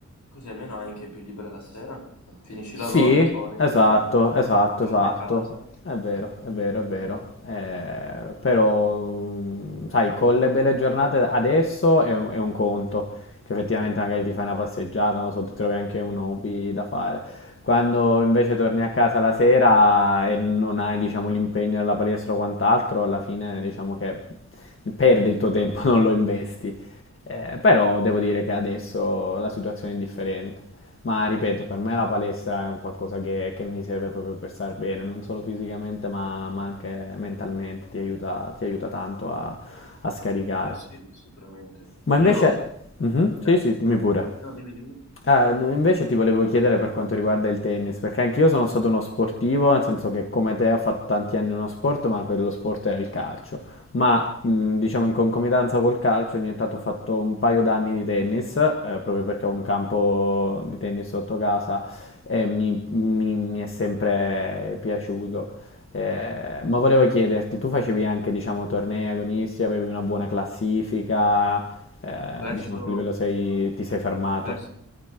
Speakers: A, on the left (about 70°); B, on the left (about 45°).
A: così almeno hai anche più libera la sera, finisci
B: Sì,
A: il lavoro e poi
B: esatto, esatto,
A: torni
B: esatto.
A: a casa.
B: È vero, è vero, è vero. Eh, però, mm, sai, con le belle giornate adesso è un, è un conto, che effettivamente magari ti fai una passeggiata, non so, ti trovi anche un hobby da fare. Quando invece torni a casa la sera e non hai, diciamo, l'impegno della palestra o quant'altro, alla fine diciamo che perdi il tuo tempo, <laughs> non lo investi. Eh, però devo dire che adesso la situazione è differente. Ma ripeto, per me la palestra è un qualcosa che, che mi serve proprio per star bene, non solo fisicamente ma, ma anche mentalmente, ti aiuta, ti aiuta tanto a, a scaricare.
A: Eh sì, sicuramente.
B: Ma
A: Io,
B: invece... Mhm,
A: eh,
B: sì, sì, dimmi
A: dimmi,
B: pure.
A: no, dimmi, dimmi.
B: Ah, no, invece ti volevo chiedere per quanto riguarda il tennis, perché anch'io sono stato uno sportivo, nel senso che come te ho fatto tanti anni uno sport, ma quello sport era il calcio. Ma mh, diciamo in concomitanza col calcio ogni tanto ho fatto un paio d'anni di tennis, eh, proprio perché ho un campo di tennis sotto casa e mi, mi- mi è sempre piaciuto. Eh, ma volevo chiederti, tu facevi anche diciamo tornei agonisti, avevi una buona classifica, eh,
A: Verso,
B: diciamo a che livello sei- ti sei fermato?
A: verso,